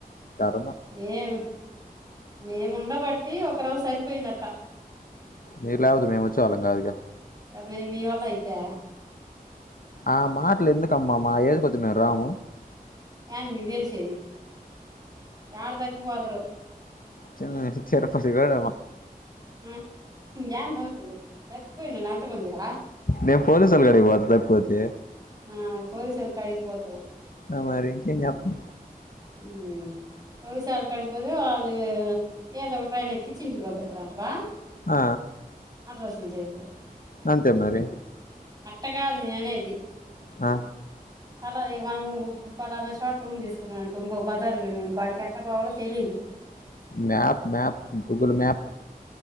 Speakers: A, on the left (about 65°); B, on the right (about 25°).
A: కర్మ
B: మేం మేము ఉండబట్టి ఒకరవ్వ సరిపోయిందట్ట
A: మీరు లేకపోతే మేం వచ్చే వాళ్ళం కాదుగా
B: అది మీ మీ వల్ల అయిద్దా
A: ఆ మాటలు ఎందుకమ్మా మా ఏజ్ కొద్ది మేం రాము
B: యాంది మీక్ తెలిసేది యాడ తప్పి పోదురో
A: చిన్న తిరుపతి కాడ
B: ఊ ఇంగ్యాడ నవ్వుతావ్ లే తప్పిపోయినవ్ నా అంత మందిలా
A: నే పోలీసోళ్ళ కాడికి పోతకపోతే
B: ఆ పోలీస్ వోళ్ళకాడికి పోతావ్
A: అ మరి ఇంకేం జేత్తం
B: ఊ పోలీస్ ఆళ్ళ కాడికి పోతే వాళ్ళు ఏదో ఒక ట్రైన్ ఎక్కిచ్చి ఇంటికి పంపిత్తరు అంటావా
A: ఆ
B: అడ్రస్న్ జేపే
A: అంతే మరి
B: అట్ట కాదు నేన్ అనేది
A: ఆ
B: పలా యో మనము పలానా చోట రూమ్ తీసుకున్నాము అనుకో ఇంకోక బజారు పోయినామనుకో ఆడికి ఎట్టపోవాలో తెలీదు తెలియదు
A: మ్యాప్ మ్యాప్ గూగుల్ మ్యాప్